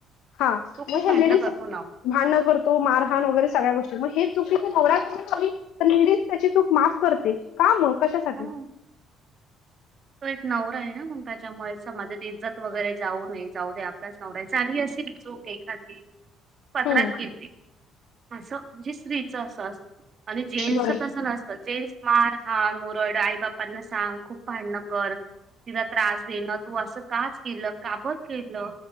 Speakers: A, on the left (about 75°); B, on the right (about 30°).
A: हा
B: तो खूप
A: मग हे
B: भांडणं
A: लेडीज
B: करतो
A: भांडणं
B: ना
A: करतो मारहाण वगैरे सगळ्या गोष्टी मग हे चुकी नवऱ्याून तर लेडीज त्याची चूक माफ करते का मग कशासाठी
B: ओ. तो एक नवरा आहे ना मग त्याच्यामुळे समाजात इज्जत वगैरे जाऊ नये जाऊ दे आपल्याच नव आहे चांगली अशी चूक एखादी पत्रात
A: हम्म
B: गेते असं म्हणजे स्त्रीचं असं असत आणि जेंट्सच
A: बरोबर
B: तसं नसतं जेंट्स मार हाण ओरड आई बापांना सांग खूप भांडणं होर तिला त्रास देणं तू असं काच केलं काबत ल